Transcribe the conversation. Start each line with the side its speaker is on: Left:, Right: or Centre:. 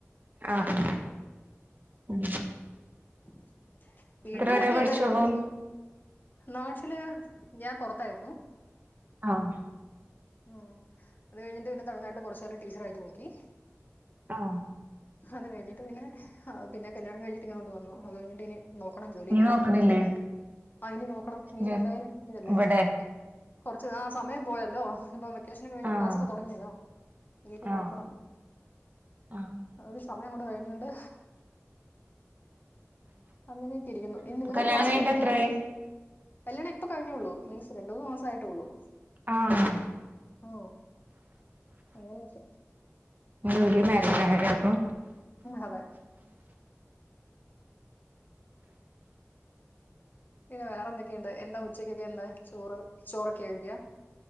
Right: ആഹ് ഉം.
Left: <inaudible> വീട്ടിലാക്കെല്ലാരുണ്ട്.
Right: വരെ പഠിച്ചു അപ്പം
Left: നാട്ടില് ഞാം പൊറത്തായിരുന്നു.
Right: ആഹ്
Left: ഊം. അത് കഴിഞ്ഞിട്ട് പിന്ന തമിഴ്നാട്ടില് കൊർച്ച് <unintelligible> ടീച്ചറായിട്ട് നോക്കി.
Right: ആഹ്
Left: ഹത് കഴിഞ്ഞ് പിന്നെ ആ പിന്നെ കല്യാണം കഴിച്ചി ട്ടിങ്ങോട്ട് വന്നു. അത് കഴിഞ്ഞിട്ടിനി നോക്കണം ജോലി.
Right: നീ നോക്കണില്ലേ
Left: ആ ഇനി നോക്കണം. ഇനിയിപ്പ
Right: ജോ
Left: എന്തായാലും ഇതല്ലേ
Right: ഇവിടെ
Left: കൊറച്ച് ആ സമയം പോയല്ലോ ഇപ്പം വെക്കേഷൻ ഒക്കെ കഴിഞ്ഞ്
Right: ആഹ്
Left: ക്ലാസ് ഒക്കെ തുടങ്ങിയല്ലോ ഇനിയിപ്പ
Right: ആഹ്
Left: നോക്കണം.
Right: ആഹ്
Left: ഒരു സ അത് അങ്ങോട്ട് കഴിഞ്ഞോണ്ട്. അങ്ങനെയൊക്കെ ഇരിക്കുന്നു. ഇനി
Right: ഇപ്പൊ
Left: നിങ്ങടെ
Right: കല്യാണം
Left: ക്ലാസ്
Right: കഴിഞ്ഞിട്ട്
Left: ഒക്കെ എങ്ങനെയ.
Right: എത്രായി
Left: കല്യാണം ഇപ്പ കഴിഞ്ഞേയുള്ളൂ മീൻസ് രണ്ട് മൂന്ന് മാസം ആയിട്ടുള്ളൂ
Right: ആഹ്
Left: ഓ അങ്ങനെയൊക്കെ.
Right: ന്യൂലി മാരേജാണ്ലെ അപ്പോ
Left: അതെ പിന്നെ വേറെ എന്തൊക്കെ ഇണ്ട് എന്താ ഉച്ചക്കൊക്കെ ഇന്ന് ചോറ് ചോറൊക്കെ കഴിക്കാ